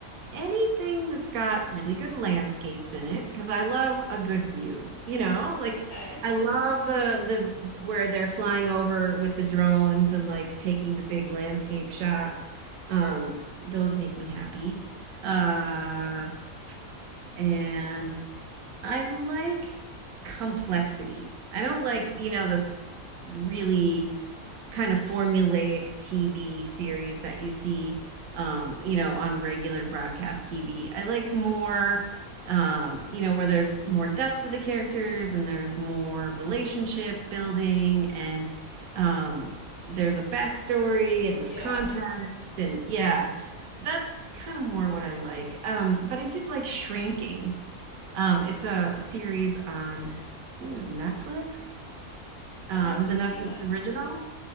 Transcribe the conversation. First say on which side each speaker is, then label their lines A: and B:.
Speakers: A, on the right; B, on the left.
A: anything that's got really good landscapes in it because I love a good view. You know, like
B: Okay.
A: I love the the where they're flying over with the drones and like taking the big landscape shots. Um, those make me happy. Uh,
B: Yeah.
A: and I like complexity. I don't like, you know, this really kind of formulaic TV series that you see, um, you know, on regular broadcast TV. I like more, um, you know, where there's more depth to the characters and there's more relationship building and um, there's a backstory and there's
B: Yeah.
A: context and yeah, that's kind of more what I like. Um, but I did like Shrinking. Um, it's a series on, I think it was Netflix. Uh,
B: Oh, I haven't
A: it was a Netflix
B: seen it.
A: original